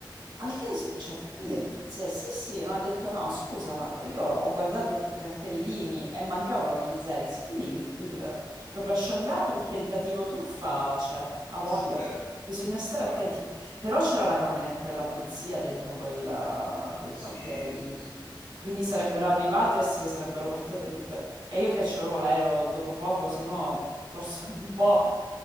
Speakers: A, on the right (about 75°); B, on the left (about 75°).
A: Al che, se- cioè,
B: Uh,
A: le tizie, sì sì, no, ho detto no, scusa, ma io ho guardato più cartellini e mancavano gli zeri, sì, quindi il- il- proprio a Shanghai il tentativo truffa c'è, ha
B: eh
A: voglia.
B: sì, eh.
A: Bisogna stare
B: Cavolo.
A: attenti. Però c'era la camionetta della polizia dentro quel, quel
B: Sì,
A: quartiere lì.
B: sì, sì.
A: Quindi sarebbero
B: No.
A: arrivate e se le sarebbero portate tutte. E io che c'avevo l'aereo dopo poco, se no forse <laughs> un po'...